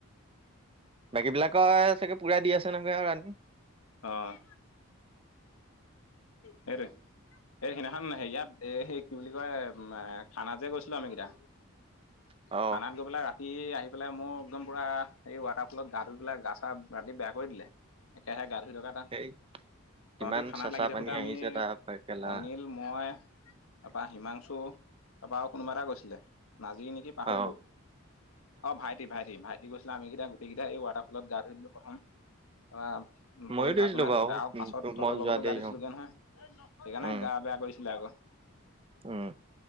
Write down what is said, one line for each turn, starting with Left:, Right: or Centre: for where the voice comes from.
Right: বাকীবিলাকৰ চাগে পুৰা দি আছে নহয় আৰু ৰানিং।
Left: অ'। সেইটোৱে। এই সেইদিনাখন হেৰিয়াত এ, সেই কি বুলি কয় খানাত যে গৈছিলোঁ আমিকেইটা।
Right: অ',
Left: খানাবিলাক বোলা ৰাতি আহি পেলাই মোৰ একদম পুৰা এই ৱাটাৰফলত গা ধুই পেলাই গা চা ৰাতি বেয়া কৰি দিলে। একেহে গা ধুই থকা টাইম।
Right: সেই
Left: তহঁতি
Right: কিমান
Left: খানাত
Right: চেঁচা
Left: লাগি থাকোঁতে
Right: পানী
Left: আমি
Right: আহিছে তাৰ কেলা
Left: অনিল, মই তাৰপা হিমাংশু, তাৰপা আৰু কোনোবা এটা গৈছিলে নাজিৰ নেকি। পাহৰিলোঁ।
Right: অ',
Left: অ' ভাইটি। ভাইটি। ভাইটি গৈছিলে আমিকেইটা গোটেইকেইটা এই ৱাটাৰফলত গা ধুই ললোঁ প্ৰথম বা
Right: ময়ো
Left: তই
Right: দৌৰিছিলোঁ
Left: ভাত বনাই
Right: বাৰু
Left: থাকোতে। আৰু পাছত তহঁতৰ
Right: মই
Left: লগতো
Right: যোৱা দেৰি
Left: গা ধুই দিছিলোগে
Right: অ',
Left: নহয়। সেইকাৰণে
Right: উম,
Left: গা বেয়া কৰিছিলে আকৌ।
Right: উম,